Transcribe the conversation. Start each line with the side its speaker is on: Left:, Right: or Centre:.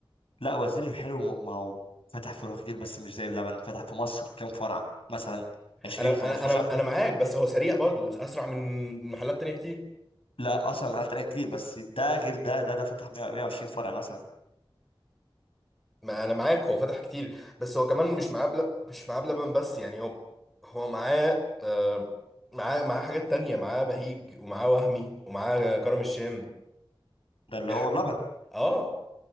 Left: لا وزير الحلو ما هو فتح فروع كتير بس مش زي بلبن فتح في مصر كام فرع مثلا 20
Centre: انا انا
Left: 15
Centre: انا أنا معاك بس هو سريع برضو اسرع من محلات تانية كتير
Left: لا اصلا محلات تانية كتير بس ده غير ده ده ده فتح 100 120 فرع مثلا
Centre: ما انا معاك هو فتح كتير بس هو كمان مش معاه بل... مش معاه بلبن بس يعني هو هو معاه آه... معاه معاه حاجات تانية معاه بهيج ومعاه وهمي ومعاه كرم الشام
Left: ده اللي
Centre: الح...
Left: هو بلبن
Centre: اه